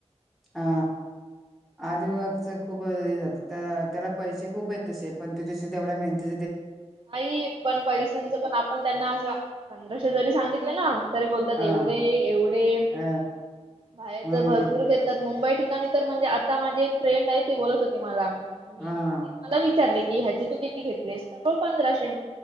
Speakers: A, in the centre; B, on the right.
A: हा आजिबाजच
B: मग
A: खूप हे जात त्या त्याला पैसे खूप आहेत तसे पण ते तसे तेवढ्या माहती
B: आई पण पैशांचं पण आपण त्यांना असं पंधराशे जरी सांगितले ना, तरी बोलतात
A: हा
B: एवढे एवढे...
A: अ
B: बाहेर
A: मग
B: तर भरपूर घेतात मुंबई ठिकाणी तर म्हणजे, आता माझी एक फ्रेंड आहे ती बोलत होती मला, मी
A: हा
B: मला विचारले की ह्याचे तू किती घेतलेस? होय पंधराशे.